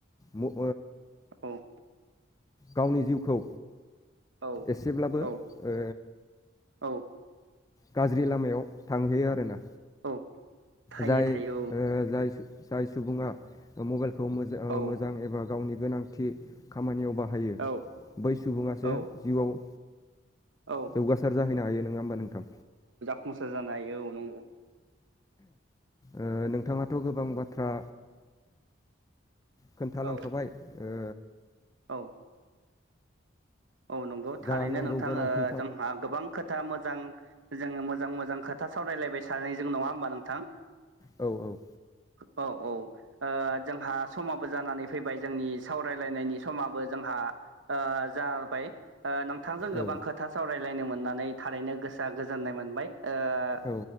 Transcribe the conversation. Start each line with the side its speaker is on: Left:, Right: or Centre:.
Left: म-ओ
Right: औ।
Left: गावनि जिउखौ
Right: औ
Left: एसेब्लाबो
Right: औ
Left: ओ
Right: औ।
Left: गाज्रि लामायाव थांहैयो आरो।
Right: औ। थायो
Left: जाय
Right: थायो
Left: ओ जाय सुबुङा मबाइलखौ
Right: औ
Left: मोजां एबा गावनि गोनांथि खामानियाव बाहायो
Right: औ
Left: बै सुबुङासो
Right: औ
Left: जिउआव
Right: औ
Left: जौगासार जाहैनो हायो नङा होमबा नोंथां?
Right: सार जानो हायो औ नंगौ।
Left: ओ नोंथाङाथ' गोबां बाथ्रा खोन्थालांखाबाय
Right: औ
Left: ओ
Right: औ। औ नंगौ थारैनो
Left: जा नांगौ
Right: नोंथां
Left: गोनांथि
Right: ओ जोंहा गोबां खोथा मोजां जोङो मोजां मोजां खोथा सरायलायबाय सानोयजों नङा होमबा नोंथां।
Left: औ औ।
Right: औ औ। ओ जोंहा समाबो जानानै फैबाय जोंनि सावरायलायनायनि समाबो जोंहा ओ जा बाय नोंथांजों गोबां
Left: औ
Right: खोथा सावरायलायनो मोननानै थारैनो गोसोआ गोजोननाय मोनबाय। ओ
Left: औ।